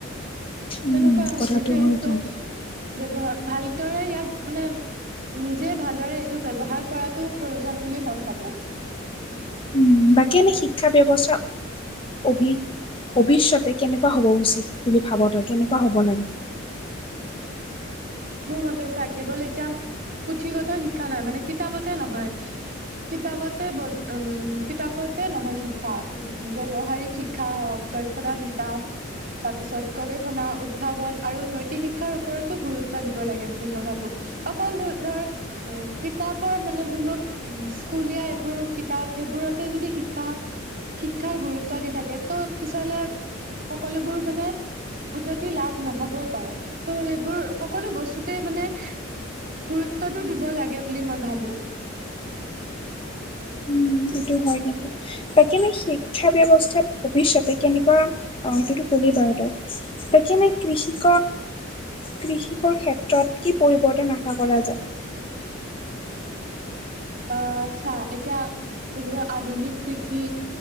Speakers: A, on the left (about 25°); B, on the right (about 45°).
A: উম
B: তেনেকুৱা
A: কথাটো
B: সেইটোৱেই,
A: হয়
B: ত'
A: কিন্তু
B: ব্যৱহাৰ ভালদৰে ইয়াক মানে নিজে ভালদৰে এইটো ব্যৱহাৰ কৰাটো প্ৰয়োজন বুলি মই ভাবো।
A: উম বাকী এনেই শিক্ষা ব্যৱস্থা অভি, ভৱিষয়তে কেনেকুৱা হ'ব উচিত বুলি ভাব তই কেনেকুৱা হ'ব লাগে?
B: মোৰ মতে চা কেৱল এতিয়া পুথিগত শিক্ষা নহয় মানে কিতাপতে নহয়- কিতাপতে ব উমঁ' কিতাপতে নহয় শিক্ষা, ব্যৱহাৰিক শি শিক্ষা হওক, দক্ষণা বিকাশ- তাৰ পিছত গৱেষণা, উদ্ভাৱন আৰু নৈতিক শিক্ষাৰ ওপৰত- টো গুৰুত্ব দিব লাগে বুলি মই ভাবো, অকল ধৰ কিতাপৰ মানে যোনবোৰ উমঁ স্কুলীয়া এইবোৰ কিতাপ সেইবোৰতে যদি শিক্ষা- শিক্ষাৰ গুৰুত্ব দি থাকে ত' পিছলে- সকলোবোৰ মানে উন্নতি লাভ নহবও পাৰে, ত' সেই বোৰ সকলো বস্তুতে মানে গুৰুত্বটো দিব লাগে বুলি মই ভাবোঁ।
A: উম সেইটো হয় কিন্তু। তাকে লৈ শিক্ষা ব্যৱস্থাত ভৱিষ্যতে কেনেকুৱা, অ', সেইটোতো ক'লিয়েই বাৰু তই। তাকে এনেই কৃষিক কৃষিকৰ ক্ষেত্ৰত কি পৰিৱৰ্তন আশা কৰা যায়?
B: আহ', চা, এতিয়া যোনবোৰ আধুনিক কৃষি